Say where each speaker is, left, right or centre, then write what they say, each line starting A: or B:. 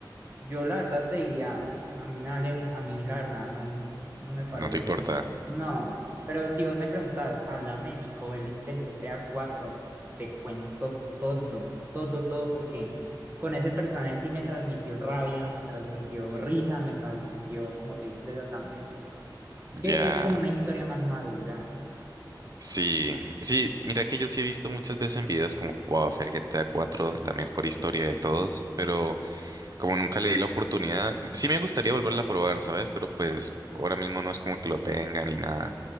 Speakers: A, on the right; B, on the right.
A: Yo la verdad te diría, pf, a mí me valen, a mí la verdad no, no me parecen
B: No te importa.
A: como, no, pero si vos me preguntás, háblame Nico Bellic del GTA 4, te cuento todo, todo, todo, porque con ese personaje sí me transmitió rabia, me transmitió risa, me transmitió como tristeza también. Es que
B: Ya.
A: es como una historia más madura.
B: Sí, sí, mira que yo sí he visto muchas veces en videos como, wow, fue el GTA 4, la mejor historia de todos, pero como nunca le di la oportunidad, sí me gustaría volverla a probar, ¿sabes? Pero pues ahora mismo no es como que lo tenga ni nada.